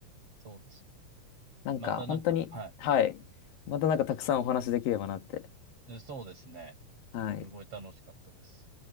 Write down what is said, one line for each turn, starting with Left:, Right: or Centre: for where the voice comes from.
Right: そうですよね。
Left: なんか、
Right: またなんか、
Left: 本当に、
Right: はい。
Left: はい。またなんかたくさんお話できればなって。
Right: そうですね。
Left: はい。
Right: すごい楽しかったです。